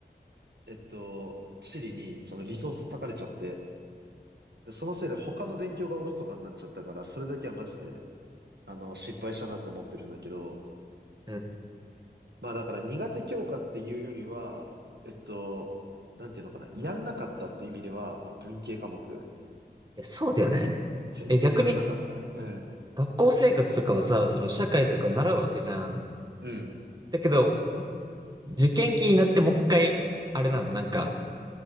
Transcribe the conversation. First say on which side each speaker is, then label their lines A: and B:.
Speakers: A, on the right (about 70°); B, on the right (about 25°).
A: えっと、地理にそのリソース割かれちゃって、で、そのせいで他の勉強がおろそかになっちゃったから、それだけはマジで、あの、失敗したなって思ってるんだけど、
B: うんい
A: まあだから苦手教科っていうよりは、えっと、なんていうのかな、やんなかったって意味では、まあ文系科目、
B: や、そうだよね。
A: 全然やんなかったね。
B: え、逆に
A: うん。
B: 学校生活とかはさ、その社会とか習うわけじゃん。
A: うん。
B: だけど、受験期になってもう一回、あれなの、なんか、